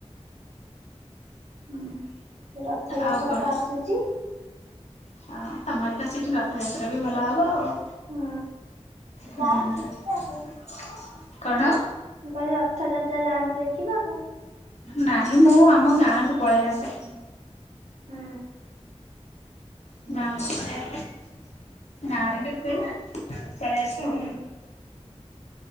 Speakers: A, on the right (about 75°); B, on the left (about 70°).
A: ହୁଁ ରଥଯାତ୍ରା
B: ଆଉ କଣ?
A: ଟା ଆସୁଛି।
B: ହଁ ତମର ତ ସେଠି ରଥଯାତ୍ରା ବି ଭଲ ହବ ଆଉ।
A: ହୁଁ
B: ହଁ
A: ଯାଆନ୍ତି ଦେଖିବାକୁ?
B: କଣ?
A: ମୁଁ କହିଲି ରଥଯାତ୍ରା ଯାଆନ୍ତି ଦେଖିବାକୁ।
B: ନାଇଁ ମୁଁ ଆମ ଗାଁ କୁ ପଳେଇ ଆସେ।
A: ହୁଁ।
B: <unintelligible> ଗାଁରେ ବି ହୁଏନା। ଚଳେଇ ଆସୁ
A: ହୁଁ
B: ଆଉ